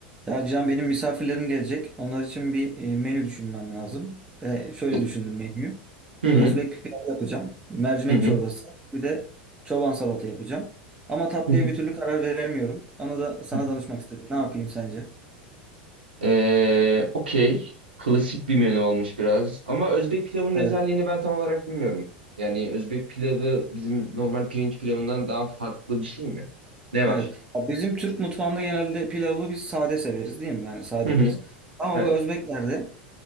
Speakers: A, on the right (about 15°); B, on the right (about 75°).
A: Ya Can benim misafirlerim gelecek. Onlar için bir e, menü düşünmem lazım. Ve şöyle
B: Hı
A: düşündüm menüyü.
B: hı.
A: Bir Özbek pilavı yapacağım. Bir mercimek
B: Hı hı.
A: çorbası. Bir de çoban salata yapacağım. Ama tatlıya
B: Hı hı.
A: bir türlü karar veremiyorum. Onu da sana
B: hı.
A: danışmak istedim. Ne yapayım sence?
B: Ee, okey. Klasik bir menü olmuş biraz. Ama Özbek pilavının
A: Evet.
B: özelliğini ben tam olarak bilmiyorum. Yani Özbek pilavı bizim normal pirinç pilavından daha farklı bir şey mi? Ne var?
A: Evet. Ya bizim Türk mutfağında genelde pilavı biz sade severiz değil mi? Yani sade
B: Hı
A: yeriz.
B: hı.
A: Ama
B: Evet.
A: bu Özbeklerde